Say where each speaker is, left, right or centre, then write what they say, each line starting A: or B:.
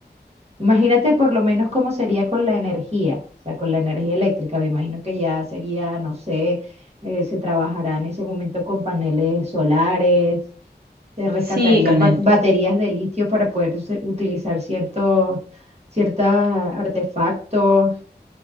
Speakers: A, on the right; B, on the right.
A: Imagínate por lo menos cómo sería con la energía, o sea, con la energía eléctrica. Me imagino que ya sería, no sé, eh, se trabajará en ese momento con paneles solares. Se rescatarían
B: Sí, con
A: ba-
B: el,
A: baterías de litio para poder use- utilizar ciertos, ciertos artefactos.